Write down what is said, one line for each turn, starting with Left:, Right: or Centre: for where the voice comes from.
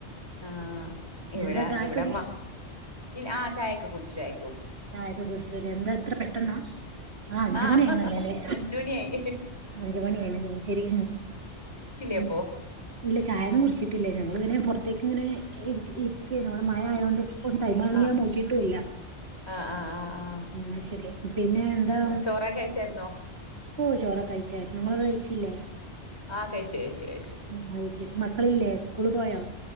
Left: ആ ഇവിടെ
Right: എന്താ ചായക്കെ
Left: ഇവിടെമ്മ, ല്ല ആ ചായൊക്കെ കുടിച്ച്‌ചായ
Right: ചായക്ക കുടിച്ചൂലെ എന്താ ഇത്ര പെട്ടെന്നാ? ആ അഞ്ചു
Left: ആഹ്
Right: മണി ആയിണല്ലേല്ലേ
Left: അഞ്ച് മണിയായി
Right: അഞ്ചുമണി ആയിണല്ലേ ശരി, ഉം
Left: എപ്പോ
Right: ഇല്ല ചായൊന്നും കുടിച്ചിട്ടില്ലേ, ഞങ്ങൾ ഇങ്ങനെ പൊറത് എക്കിങ്ങനെ ഇ ഇരിയ്ക്കാണിവിടെ മയ ആയോണ്ട് ഒര് ടൈം ആണെങ്കി
Left: ആഹ്
Right: ഞാൻ നോക്കിയിട്ടുല്ല.
Left: ആഹ് ആഹ് ആഹ് ആഹ്
Right: ആ ശരി. പിന്നെ എന്താ
Left: ആഹ് ചോറൊക്കെ കഴിച്ചായിരുന്നോ
Right: ഓ ചോറക്കെ കഴിച്ചായിരുന്നു നിങ്ങള് കഴിച്ചില്ലേ
Left: ആഹ് കഴിച്ചു കഴിച്ചു കഴിച്ചു
Right: ആ ശരി മക്കളില്ലേ? സ്കൂള് പോയോ